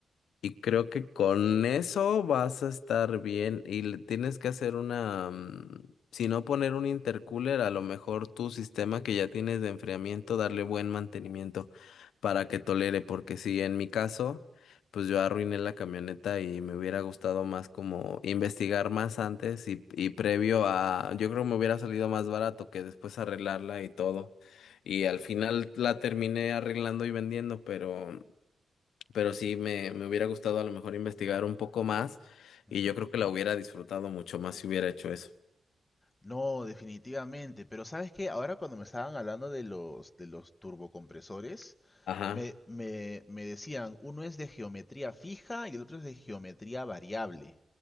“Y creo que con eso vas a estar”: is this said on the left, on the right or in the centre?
Left